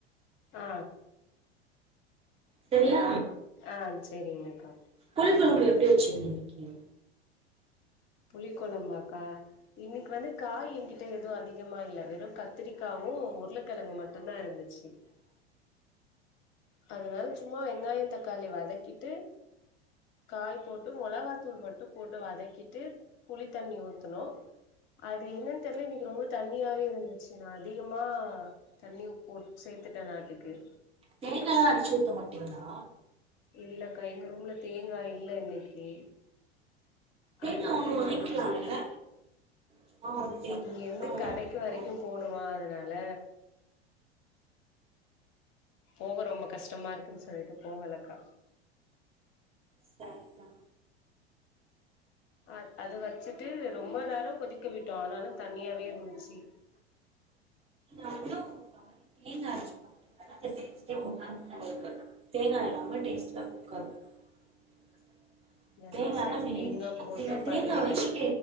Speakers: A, on the left (about 35°); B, on the right (about 20°).
A: ஆ
B: செரியா
A: ஆ செரிங்கக்கா
B: புளி கொழம்பு எப்டி வச்சுங்க இன்னைக்கு
A: புளி கொலம்பா க் கா இன்னைக்கு வந்து காய் என்கிட்ட எது அதிகமா இல்ல வெறு கத்திரிக்காவு உருள கெழங்கு மட் மட்டுந்தா இருந்துச்சு
B: ஆ
A: அதனால சும்மா வெங்காயோ தக்காளி வதக்கிட்டு காய் போட்டு மொளகாத்தூள் மட்டு போட்டு வதக்கிட்டு புளி தண்ணி ஊத்துணு அது என்னன் தெர்ல இன்னைக்கு ரொம்ப தண்ணியாவே இருந்துச்சு நா அதிகமா தண்ணி போ சே த்துட்டே நாட்டுக்கு
B: தேங்காலா அரச்சு ஊத்த மாட்டீங்ளா
A: இல்லக்கா எங்க ரூம்ல தேங்கா இல்ல இன்னைக்கு
B: தேங்கா
A: அனால
B: ஒண்ணு
A: இத
B: ஒதைக்கலாம்ல
A: மட்டு செ
B: சும்மா ஒரு தேங்கா
A: இங்கேருந்து
B: மட்டு ஒதைக்கலாம்ல
A: கடைக்கு வரைக்கு போணுமா அதனா ல போக ரொம்ப கஷ்டமாருக்குன் சொல்லிட்டு போகலக்கா
B: சரிதா
A: ஆ அத வச்சிட்டு ரொம்ப நேரோ கொதிக்க விட்டோ ஆனாலு தண்ணியாவே இருந்துச்சி
B: இன்னு ஒருத்தவங்க தேங்கா அரச்சி <unintelligible> ஊத்த மாட்டாங்க ஆனா தேங்கா <inaudible> தேங்கா அரச் <unintelligible> டேஸ்டா <inaudible>
A: நா
B: தேங்காதா
A: நெக்ஸ்ட் டைம்
B: மெயின்
A: தேங்கா போட்டு
B: நீங்க தேங்கா
A: பண்ணுறே
B: வச்சி